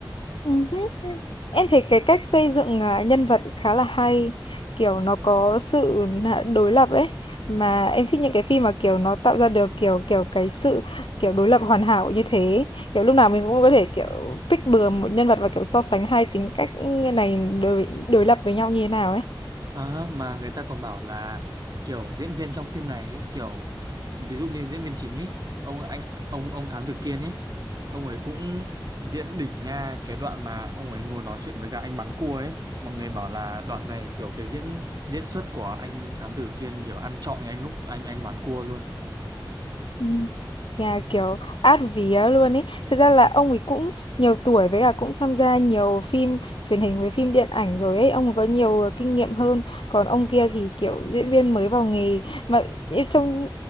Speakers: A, on the left (about 80°); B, on the right (about 50°).
A: Ừ, Em thấy cái cách xây dựng à, nhân vật khá là hay, kiểu nó có sự nạ- đối lập ấy mà em thích những cái phim mà kiểu nó tạo ra được kiểu kiểu cái sự kiểu đối lập hoàn hảo như thế. Kiểu lúc nào mình cũng có thể kiểu pick bừa một nhân vật và kiểu so sánh hai tính cách ừ, này đối đối lập với nhau như thế nào ấy.
B: Ờ, mà người ta còn bảo là kiểu diễn viên trong phim này ấy, kiểu ví dụ như diễn viên chính ấy ông anh ông ông Thám Tử Kiên ấy ông ấy cũng diễn đỉnh nha cái đoạn mà ông ấy ngồi nói chuyện với cả anh bán cua ấy mọi người bảo là đoạn này kiểu cái diễn diễn xuất của anh Thám Tử Kiên kiểu ăn trọn cái anh lúc anh anh bán cua luôn
A: Ừ. Nhà kiểu át vía luôn ấy. Thật ra là ông ấy cũng nhiều tuổi với cả cũng tham gia nhiều phim truyền hình với phim điện ảnh rồi ấy. Ông ấy có nhiều ờ, kinh nghiệm hơn. Còn ông kia thì kiểu diễn viên mới vào nghề mà trông